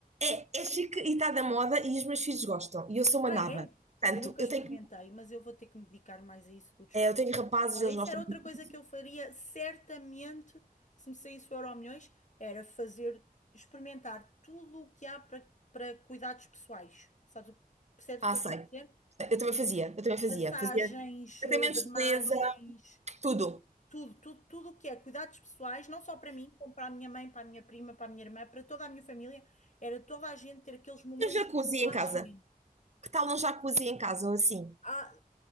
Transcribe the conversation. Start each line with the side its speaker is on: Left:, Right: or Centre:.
Right: É, é chique e está da moda e os meus filhos gostam. E eu sou uma
Left: Ah,
Right: naba.
Left: é?
Right: Portanto,
Left: Eu nunca
Right: eu
Left: experimentei,
Right: tenho,
Left: mas eu vou ter que me dedicar mais a isso do desporto.
Right: é, eu tenho rapazes,
Left: Olha,
Right: eles
Left: isso
Right: gostam.
Left: era outra
Right: muito.
Left: coisa que eu faria certamente se me saísse o Euromilhões, era fazer, experimentar tudo o que há para para cuidados pessoais. Sabes, o- percebes
Right: Ah,
Left: o que eu
Right: sei.
Left: quero dizer?
Right: Eu também fazia, eu também fazia.
Left: Massagens,
Right: Fazia tratamentos
Left: eh, drenagens,
Right: de beleza, tudo.
Left: Tudo, tudo, tudo o que é cuidados pessoais, não só para mim, como para a minha mãe, para a minha prima, para a minha irmã, para toda a minha família, era toda a gente ter aqueles momentos
Right: E um jacuzzi
Left: de relaxamento.
Right: em casa. Que tal um jacuzzi em casa ou assim?
Left: Ah,